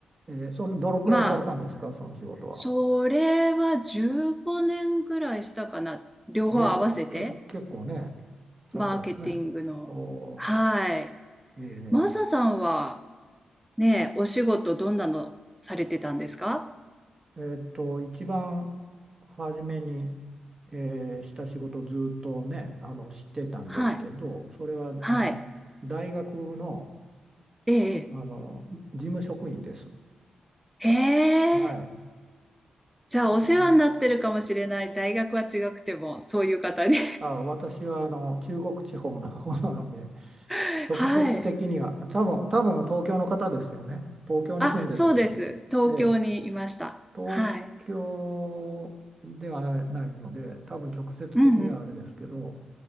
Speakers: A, on the right; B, in the centre.
A: えーそのどのくらいされたんですか、
B: まあ、
A: その仕事は。
B: それは15年ぐらいしたかな。両方合わせて。
A: えーけ、結構ね、されたんですね。
B: マーケティングの。
A: お
B: はい。
A: ー、え
B: マサさんはね、お仕事どんなのされてたんですか
A: ーえーっと、一番初めに、えーした仕事をずっとね、あの、知ってたんですけど、
B: はい。
A: それは、
B: はい。
A: あの、大学の、
B: ええ。
A: あの、事務職員です。
B: へ
A: はい。
B: え。じゃあお世話になってるかもしれない。
A: それを、
B: 大学は違くても、そういう方に。
A: あ、私は、あの、中国地方の方なので、
B: <laughs>
A: 直接的には、
B: はい。
A: 多分、多分東京の方ですよね。東京に住んでた方です。
B: あ、そうです。東京にいました。
A: ええ、東京ではないので、
B: はい。
A: 多分直接的にはあれですけど、
B: うんうん。